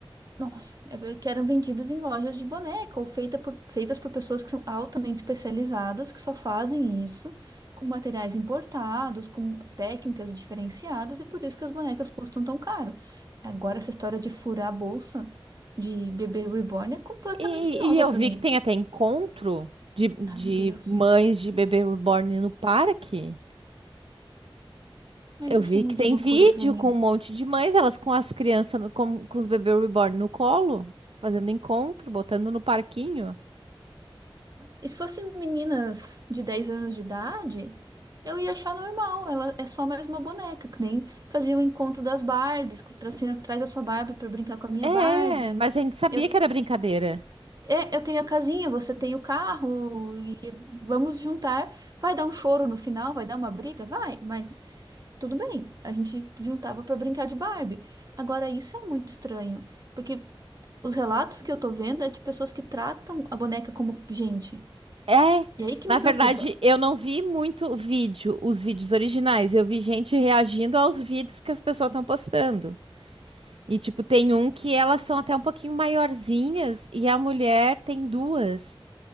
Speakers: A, on the right; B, on the right.
A: Nossa, é- que eram vendidas em lojas de boneca ou feita por, feitas por pessoas que são altamente especializadas, que só fazem isso com materiais importados, com técnicas diferenciadas, e por isso que as bonecas custam tão caro. Agora, essa história de furar a bolsa de bebê reborn é completamente
B: E,
A: nova
B: e eu
A: pra
B: vi
A: mim.
B: que tem até encontro de, de
A: Ah, meu Deus.
B: mães de bebê reborn no parque.
A: Mas
B: Eu
A: isso
B: vi
A: é muito
B: que tem
A: loucura
B: vídeo
A: pra mim.
B: com um monte de mães, elas com as crianças, no- com, com os bebês reborn no colo, fazendo encontro, botando no parquinho.
A: E se fossem meninas de 10 anos de idade, eu ia achar normal. Ela é só mais uma boneca, que nem fazia o encontro das Barbies, que trazia, traz a sua Barbie para brincar com a minha
B: É,
A: Barbie.
B: mas a gente sabia
A: Eu,
B: que era brincadeira.
A: é, eu tenho a casinha, você tem o carro, e vamos juntar. Vai dar um choro no final, vai dar uma briga, vai, mas tudo bem. A gente juntava para brincar de Barbie. Agora, isso é muito estranho, porque os relatos que eu tô vendo é de pessoas que tratam a boneca como gente.
B: É,
A: E aí que
B: na
A: me preocupa.
B: verdade, eu não vi muito vídeo, os vídeos originais. Eu vi gente reagindo aos vídeos que as pessoas estão postando. E, tipo, tem um que elas são até um pouquinho maiorzinhas e a mulher tem duas.